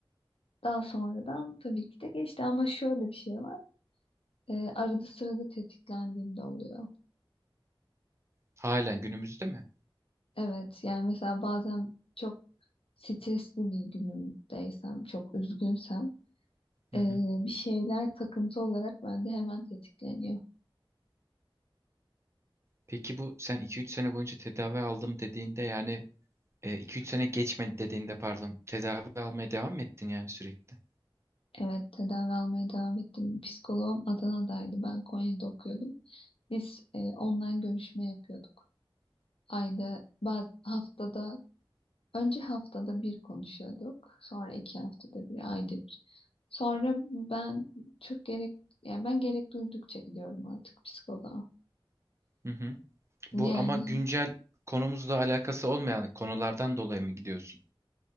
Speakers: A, on the left (about 85°); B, on the right (about 30°).
A: Daha sonradan tabii ki de geçti ama şöyle bir şey var. E, arada sırada tetiklendiğimde oluyor.
B: Halen günümüzde mi?
A: Evet yani mesela bazen çok stresli bir günümdeysem, çok üzgünsem
B: Hı
A: Ee,
B: hı.
A: bir şeyler takıntı olarak bende hemen tetikleniyor.
B: Peki bu sen iki üç sene boyunca tedavi aldım dediğinde yani e, 2-3 sene geçmedi dediğinde pardon tedavi almaya devam mı ettin yani sürekli?
A: Evet, tedavi almaya devam ettim. Psikoloğum Adana'daydı. Ben Konya'da okuyordum. Biz e, online görüşme yapıyorduk. Ayda, baz haftada, önce haftada bir konuşuyorduk. Sonra iki haftada bir, ayda bir. Sonra ben çok gerek, yani ben gerek duydukça gidiyorum artık psikoloğa.
B: Hı hı. Bu
A: Yani
B: ama güncel konumuzla alakası olmayan konulardan dolayı mı gidiyorsun?